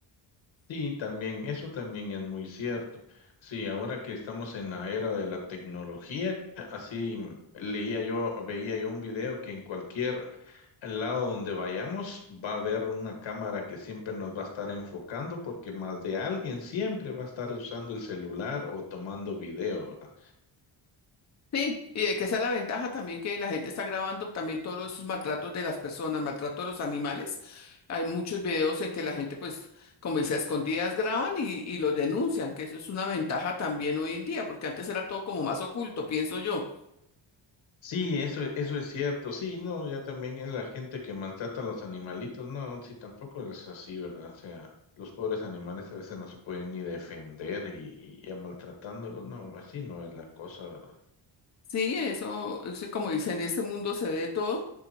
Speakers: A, on the left; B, on the left.
A: Sí, también, eso también es muy cierto. Sí, ahora que estamos en la era de la tecnología, así leía yo, veía yo un video que en cualquier lado donde vayamos va a haber una cámara que siempre nos va a estar enfocando porque más de alguien siempre va a estar usando el celular o tomando video, ¿verdad?
B: Sí, y eh, que esa es la ventaja también que la gente está grabando también todos esos maltratos de las personas, maltrato de los animales. Hay muchos videos en que la gente, pues, como dice, a escondidas graban y, y los denuncian, que eso es una ventaja también hoy en día, porque antes era todo como más oculto, pienso yo.
A: Sí, eso, e- eso es cierto. Sí, no, ya también es la gente que maltrata a los animalitos. No, sí, tampoco es así, ¿verdad? O sea, los pobres animales a veces no se pueden ni defender y, y ya maltratándolos. No, así no es la cosa, ¿verdad?
B: Sí, eso, eso, como dice, en este mundo se ve de todo,